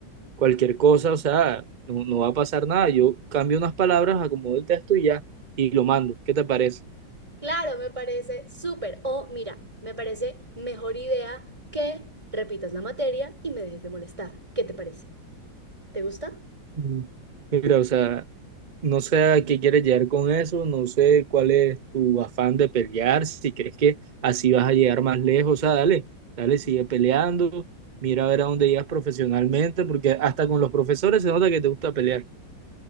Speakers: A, on the right; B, on the right.
A: cualquier cosa, o sea, no, no va a pasar nada. Yo cambio unas palabras, acomodo el texto y ya, y lo mando. ¿Qué te parece?
B: Claro, me parece súper. O mira, me parece mejor idea que repitas la materia y me dejes de molestar. ¿Qué te parece? ¿Te gusta?
A: Mm. Mira, o sea, No sé a qué quieres llegar con eso, no sé cuál es tu afán de pelear, si crees que así vas a llegar más lejos, o sea, dale, dale, sigue peleando, mira a ver a dónde llegas profesionalmente, porque hasta con los profesores se nota que te gusta pelear.